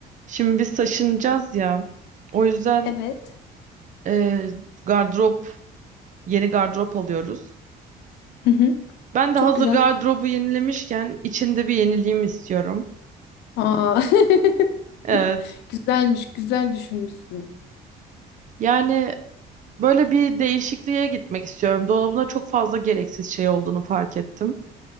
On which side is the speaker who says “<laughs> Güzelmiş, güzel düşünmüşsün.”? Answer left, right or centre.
Left